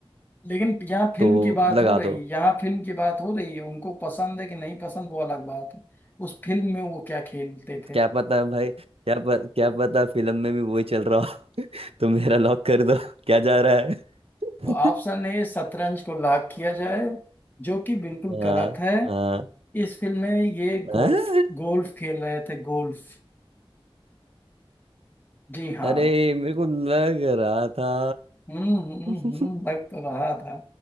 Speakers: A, on the left; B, on the right.
A: लेकिन यहाँ फिल्म
B: तो
A: की बात
B: लगा
A: हो रही
B: दो
A: है यहाँ फिल्म की बात हो रही है उनको पसंद है कि नहीं पसंद वो अलग बात है उस फिल्म में वो क्या खेलते थे
B: क्या पता है भाई क्या प, क्या पता फिल्म में भी वही चल रहा हो <laughs> तो मेरा लॉक कर दो <laughs> क्या जा रहा है
A: तो ऑप्शन
B: <laughs>
A: ए शतरंज को लॉक किया जाए जो कि बिल्कुल
B: हाँ
A: गलत है
B: हाँ
A: इस फिल्म में ये गोल्फ
B: हाँ?
A: गोल्फ खेल रहे थे गोल्फ जी हाँ
B: अरे मेरे को लग रहा था
A: हम्म हम्म हम्म,
B: <laughs>
A: लग तो रहा था